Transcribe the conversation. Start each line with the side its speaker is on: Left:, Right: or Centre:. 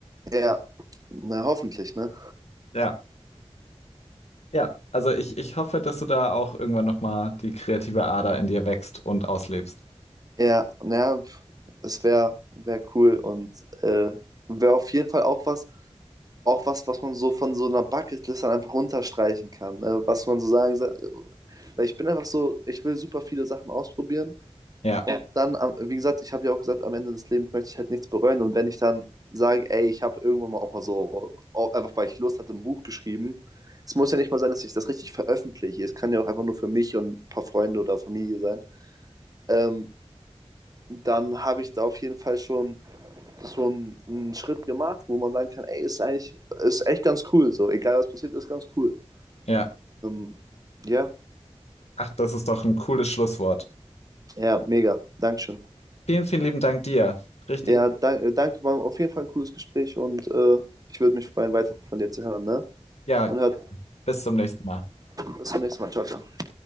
Right: Ja, na hoffentlich, ne?
Left: Ja. Ja, also ich, ich hoffe, dass du da auch irgendwann nochmal die kreative Ader in dir wächst und auslebst.
Right: Ja, naja, es wäre wär wär cool und äh, wäre auf jeden Fall auch was, auch was, was man so von so einer Bucketlist dann einfach runterstreichen kann. Ne? Was man so sagen sa- Weil ich bin einfach so, ich will super viele Sachen ausprobieren
Left: Ja,
Right: und Ja, dann, am- wie gesagt, ich habe ja auch gesagt, am Ende des Lebens möchte ich halt nichts bereuen und wenn ich dann sage, ey, ich habe irgendwann mal auch mal so, auch einfach weil ich Lust hatte, ein Buch geschrieben. Es muss ja nicht mal sein, dass ich das richtig veröffentliche. Es kann ja auch einfach nur für mich und ein paar Freunde oder Familie sein. Ähm, dann habe ich da auf jeden Fall schon so einen, einen Schritt gemacht, wo man sagen kann, ey, ist eigentlich, ist echt ganz cool, so, egal was passiert, ist ganz cool.
Left: ja.
Right: Ähm, ja,
Left: Ach, das ist doch ein cooles Schlusswort.
Right: ja, mega, Dankeschön.
Left: Vielen, vielen lieben Dank dir. Richtig.
Right: Ja, danke, danke, war auf jeden Fall ein cooles Gespräch und äh, ich würde mich freuen, weiter von dir zu hören, ne?
Left: Ja,
Right: Und hört,
Left: bis zum nächsten Mal.
Right: bis zum nächsten Mal, ciao, ciao.